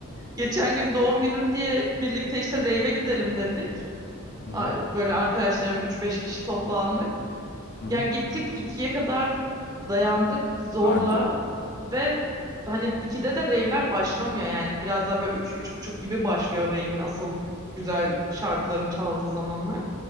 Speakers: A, on the right (about 15°); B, on the left (about 50°).
A: Geçen gün doğum günüm diye birlikte işte rave'e gidelim dedik.
B: hı hı.
A: A- Böyle arkadaşlarım üç beş kişi toplandık.
B: hı hı.
A: Ya gittik ikiye kadar dayandık zorla
B: Anca.
A: ve hani ikide de rave'ler başlamıyor yani biraz daha böyle üç, üç buçuk gibi başlıyor rave'in asıl güzel şarkıların çaldığı zamanlar.